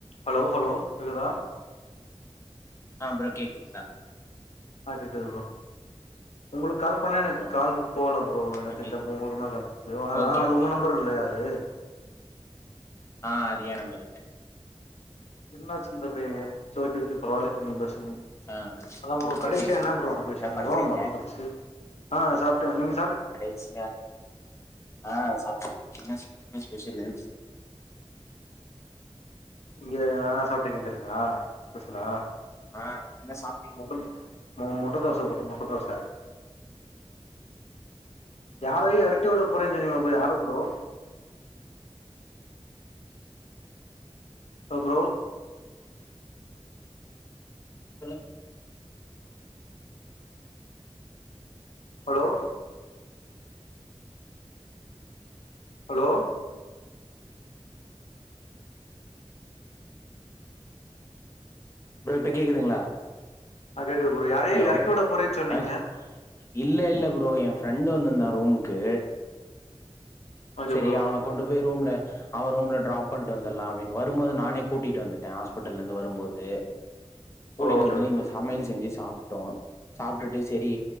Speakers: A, on the left; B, on the left.
A: Hello hello கேட்குதா
B: அஹ் bro கேட்குதுங்கள
A: ஆஹ் கேக்குதுங்க ப்ரோ உங்களுக் கால் பண்ண எனக்கு
B: ஆ
A: கால் போல ப்ரோ எனக்கு
B: எப்டி
A: இந்த முனு நம்பர்
B: ஓகே
A: அது
B: ஓகே
A: உங்க நம்பர்
B: ஓகே
A: இல்லையா அது
B: ஆஹ் அது ஏன் நம்பர் இல்ல
A: இன்னாச்சு தம்பி சோக்கி ஊச்சி பரவல <unintelligible>
B: ஆ
A: அதான் ப்ரோ கடைசியா
B: எப்டி இருக்கீங்க
A: என்ன ப்ரோ நம்ம பேசிட்டுருந்தோம்
B: என்ன பண்றீங்க
A: மறந்துருச்சு ஆ சாப்பிட்டேன் நீங்
B: கடைசிங் ஆ சாப் என்ன என்ன ஷ்பெஷலு
A: இங்க நா என்ன சாப்ட்ட கேட்டீங்களா ஸ்பெஷலா
B: ஆ என்ன சாப்டீங்க
A: முட்ட மு முட்ட தோச போட்ட முட்ட தோச யாரயோ எறக்கி விட போறேனிங்களே யார ப்ரோ ஹலோ ப்ரோ
B: சொல்லுங்
A: ஹலோ ஹலோ
B: ப்ரோ இப்ப கேக்குதுங்களா
A: ஆ கேக்குது ப்ரோ யாரயோ
B: ஹலோ
A: எறக்கி விட போறேன்னு சொன்னீங்க
B: ஆ இல்ல இல்ல ப்ரோ ஏன் ஃப்ரெண்டு வந்துருந்தான் ரூமுக்கு
A: ஓகே
B: சரி
A: ப்ரோ
B: அவன கொண்டு போயி ரூம்ல அவன் ரூம்ல டிராப் பண்ணிட்டு வந்துரலா அப்டின்னு வரும்போது நானே கூட்டிட்டு வந்துட்டே ஹாஸ்பிடிட்டல்லருந்து வரும்போது கூடிட்டு
A: ஓகே
B: வந்துட்டு
A: ஓகே
B: இங்க
A: ஓகே
B: சமையல் செஞ்சு சாப் டோம் சாப்ட்டுட்டு செரி